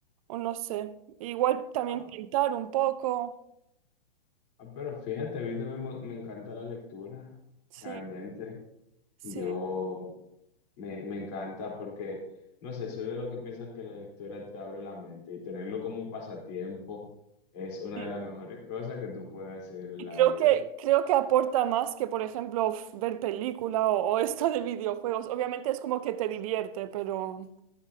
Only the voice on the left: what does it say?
ah,
ah, pero fíjate, a mí también me, me encanta la lectura,
realmente,
yo me, me encanta porque, no sé, soy de los que piensan que la lectura te abre la mente y tenerlo como pasatiempo es una
de las mejores cosas que tú puedes hacer en
la
vida.